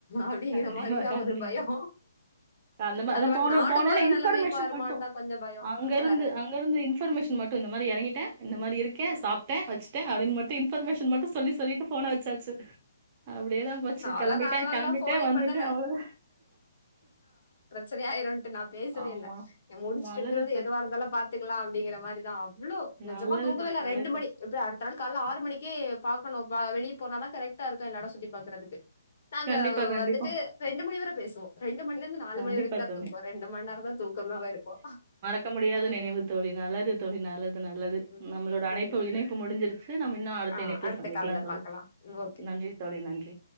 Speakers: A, on the left (about 45°); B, on the right (about 25°).
A: அப்டீங்கிற
B: கண்டிப்பா
A: மாரிதா
B: கண்டிப்பா
A: ஒரு பயோ
B: அந்த மாதா
A: அதுல வேற
B: போன
A: நாடு
B: போனோனே
A: போற
B: இன்ஃபர்மேஷன்
A: நெலமைய பாருமான்தா
B: மட்டு
A: கொஞ்சோ பயோ
B: அங்க இருந்து
A: வேற
B: அங் லஇருந்து இன்ஃபர்மேஷன் மட்டு இந்த மாரி எறங்கிட்ட இந்த மாரி இருக்க சாப்ட்ட வச்சுட்டுட்ட அப்டின் மட்டு இன்ஃபர்மேஷன் மட்டு சொல்லி சொல்லீட்டு ஃபோன வச்சாச்சு அப்டேதா போச்சு
A: நாலா
B: கெளம்பிட்ட
A: நாலு நாள்லா
B: கெளம்பிட்ட
A: ஃபோனே
B: வந்துட்ட
A: பண்ணல
B: அவ்ளோதா
A: சரியாயிருன்ட்டு நா பேசவே
B: ஆமா
A: இல்ல எ முடிச்ட்டு
B: நல்லது
A: எடுத்துட்டு வந்து
B: தோழி
A: எதுவா இருந்தாலு பாத்துக்கலா அப்டிங்கிற மாரிதா அவ்ளோ நெஜமா
B: நல்லது
A: தூங்கவே
B: தோழி
A: இல்ல
B: நல்லது
A: ரெண்டு
B: தோழி
A: மணி எப்டியு அடுத்த நாள் கால்ல ஆறு மணிக்கே பாக்கணு பா வெளீ போனாதா கரெக்டா இருக்கு எல்லா எடோ சுத்தி பாக்கறதுக்கு நாங்க
B: கண்டிப்பா கண்டிப்பா
A: வந்துட்டு ரெண்டு மணி வர பேசுவோ ரெண்டு மணிலிந்து நாலு
B: கண்டிப்பா
A: மணி வரைக்குந்தா
B: தோழி
A: தூக்கோ ரெண்டு மண்நேரந்தா தூக்கமாவே இருக்கு
B: க்க முடியாத நினைவு தோழி நல்லது தோழி நல்லது நல்லது
A: ம்
B: நம்மளோட அணைப்பு
A: சரி
B: இணைப்பு முடிஞ்சிரு சேர் நம்ம இன்னு அடுத்த
A: ஆ
B: இணைப்புல சந்திக்கலா
A: கால்ல
B: தோழி
A: பாக்கலா ஓகே
B: நன்றி தோழி நன்றி